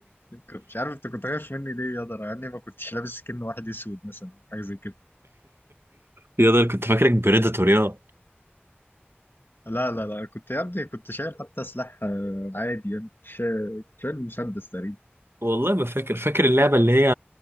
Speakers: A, on the left; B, on the right.
A: كنت مش عارف انت كنت خايف مني ليه يا ده انا يعني ما كنتش لابس كأن واحد اسود مثلا او حاجه زي كده
B: يا ده كنت فاكرك بريداتور يا
A: لا لا لا كنت يا ابني كنت شايل حتى سلاح آه، عادي يعني كنت شايل كنت شايل مسدس تقريبا
B: والله ما فاكر فاكر اللعبة اللي هي